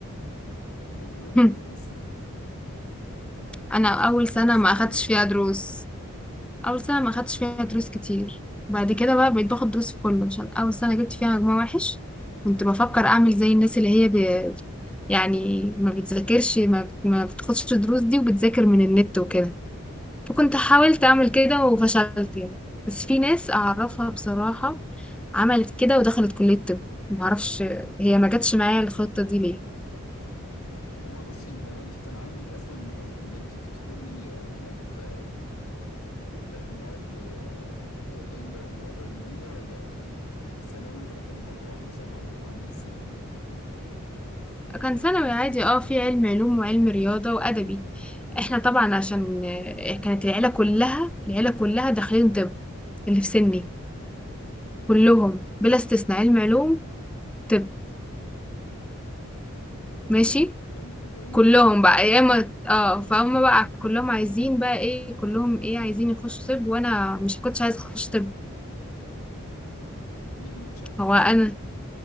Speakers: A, on the left; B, in the centre.
A: يعني مجهود
B: <laughs>
A: وبيتبسط
B: انا
A: بس
B: اول
A: المدرس
B: سنه ما
A: انا
B: اخدتش
A: اولى بيه
B: فيها دروس اول سنه ما اخدتش فيها دروس كتير بعد كده بقى بقيت باخد دروس في كله عشان اول سنه جبت فيها مجموع وحش كنت بفكر اعمل زي الناس اللي هي ب... يعني ما بتذاكرش ما, ما بتاخدش دروس دي وبتذاكر من النت وكده فكنت حاولت أعمل كده وفشلت يعني بس في ناس أعرفها بصراحة عملت كده ودخلت كلية طب معرفش هي ما جاتش معايا الخطة دي ليه
A: هو نصيب هو انت كان عندك اصلا إنه- ان انت تدخلي آه، ماده يعني بتاخدي مواد آه، رياضيه ومواد علميه ولا في ثانوي ولا كان الموضوع النظام عندكم عامل ازاي؟
B: كان ثانوي عادي اه في علم علوم وعلم رياضة وأدبي احنا طبعا عشان آه، كانت العيلة كلها العيلة كلها داخلين طب اللي في سني كلهم بلا استثناء علم علوم طب ماشي
A: اه يعني انت كنت علمي
B: كلهم
A: علوم
B: بقى يا اما اه فهم بقى كلهم عايزين بقى ايه كلهم ايه عايزين يخشوا طب وانا مش كنتش عايزه اخش طب
A: ليه ما كنتش عايزه
B: هو
A: تخش
B: انا
A: طب؟